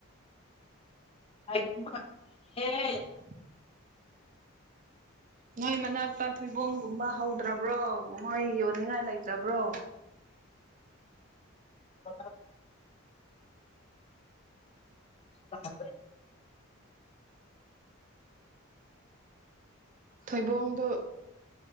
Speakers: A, on the left; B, on the right.
A: <unintelligible>
B: ꯑ ꯅꯣꯏ ꯃꯅꯥꯛꯇ ꯊꯣꯏꯕꯣꯡꯒꯨꯝꯕ ꯍꯧꯗ꯭ꯔꯕ꯭ꯔꯣ ꯃꯣꯏ ꯌꯣꯟꯅꯤꯡꯉꯥꯏ ꯂꯩꯇ꯭ꯔꯕ꯭ꯔꯣ
A: ꯑ ꯑ
B: ꯊꯣꯏꯕꯣꯡꯗꯨ